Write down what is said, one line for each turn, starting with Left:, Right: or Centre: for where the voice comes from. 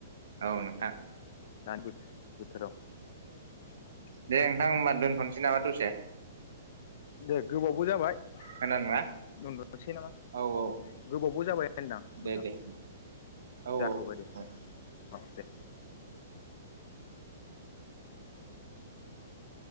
Right: औ नोंथां।
Left: <unintelligible>
Right: दे नोंथां होनबा दोनथ'नोसै नामा दसे।
Left: दे गोबावबो जाबाय। <unintelligible>
Right: खोनादोंना
Left: नामा
Right: औ औ
Left: गोबावबो जाबाय होनदां नोंथां
Right: दे दे औ
Left: जाथ'बाय
Right: औ
Left: दे <unintelligible>
Right: औ
Left: औ दे।